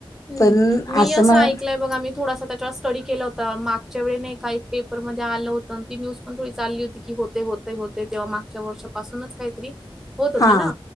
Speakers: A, in the centre; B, on the left.
A: हम्म.
B: पण
A: मी असं
B: म
A: ऐकलंय बघा, मी थोडासा त्याच्या स्टडी केला होता. मागच्या वेळी नाही का, एक पेपरमध्ये आलं होतं आणि ती न्यूज पण थोडी चालली होती की होते, होते, होत तेव्हा मागच्या वर्षापासूनच काहीतरी होत होतं
B: हा
A: ना?